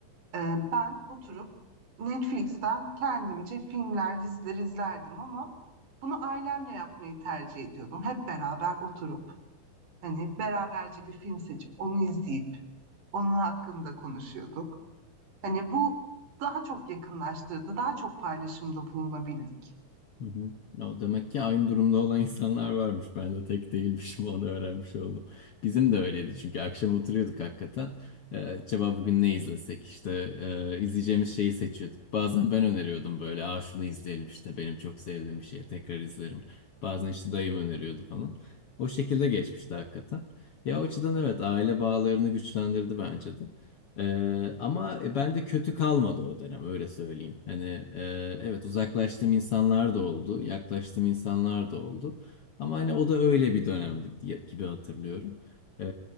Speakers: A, on the right (about 60°); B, on the left (about 55°).
A: Ee, ben oturup Netflix'ten kendimce filmler, diziler izlerdim ama bunu ailemle yapmayı tercih ediyordum. Hep beraber oturup hani beraberce bir film seçip onu izleyip onun hakkında konuşuyorduk. Hani bu daha çok yakınlaştırdı, daha çok paylaşımda bulunabildik.
B: Hı hı. O demek ki aynı durumda olan insanlar varmış. Ben de tek değilmişim onu öğrenmiş oldum. Bizim de öyleydi çünkü akşam oturuyorduk hakikaten. Ee, acaba bugün ne izlesek? İşte e, izleyeceğimiz şeyi seçiyorduk. Bazen ben öneriyordum böyle. Aa şunu izleyelim işte benim çok sevdiğim bir şey tekrar izlerim. Bazen işte dayım öneriyordu falan. O şekilde geçmişti hakikaten. Ya o açıdan evet aile bağlarını güçlendirdi bence de. Ee, ama e, ben de kötü kalmadı o dönem öyle söyleyeyim. Hani e, evet uzaklaştığım insanlar da oldu, yaklaştığım insanlar da oldu. Ama hani o da öyle bir dönemdi diye, gibi hatırlıyorum. Ee,